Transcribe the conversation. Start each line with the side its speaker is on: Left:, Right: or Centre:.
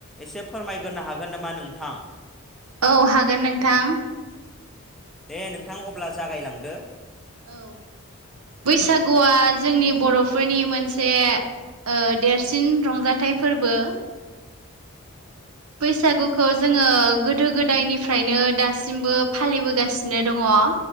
Centre: एसे फोरमायग्रोनो हागोन नामा नोंथां?
Right: औ हागोन नोंथां।
Centre: दे नोंथां अब्ला जागायलांदो।
Right: औ बैसागुआ जोंनि बर'फोरनि मोनसे। ओ देरसिन रंजाथाइ फोरबो। बैसागुखौ जोङो गोदो गोदायनिफ्रायनो दासिमबो फालिबोगासिनो दङ। बा।